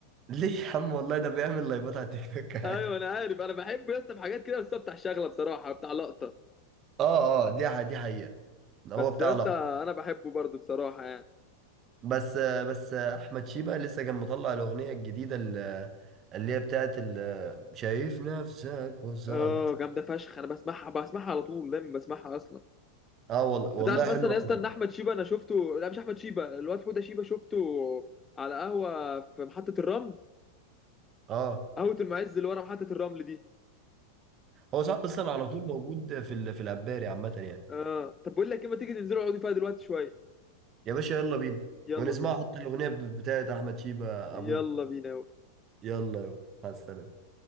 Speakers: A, on the right; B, on the left.
A: ليه يا عم والله ده بيعمل لايفات على تيك توك عادي
B: ايوه انا عارف انا بحبه يا اسطى في حاجات كده بس هو بتاع شغله بصراحه بتاع لقطه
A: اه اه دي ح- دي حقيقة هو
B: بس
A: بتاع
B: يا اسطى
A: لا
B: انا بحبه برضه بصراحه يعني
A: بس بس احمد شيبة لسه كان مطلع الاغنية الجديدة ال- اللي هي بتاعت ال- شايف نفسك وصلت
B: اه جامده فشخ انا بسمعها بسمعها على طول دايما بسمعها اصلا
A: اه والله والله
B: انت تعرف اصلا
A: حلو
B: يا
A: قوي
B: اسطى
A: يعني.
B: ان احمد شيبه انا شفته لا مش احمد شيبه الواد حوده شيبه شفته على قهوه في محطه الرمل
A: اه
B: قهوه المعز اللي ورا محطه الرمل دي
A: هو صاحب اصلا على طول موجود في ال... في العباري عامة يعني
B: اه طب بقول لك ايه ما تيجي ننزلوا نقعدوا فيها دلوقتي شويه
A: يا باشا يلا بينا
B: يلا
A: ونسمع
B: بينا
A: حتى الاغنية بتاعت احمد شيبة
B: يلا
A: ابوه
B: بينا
A: يلا يلا مع السلامة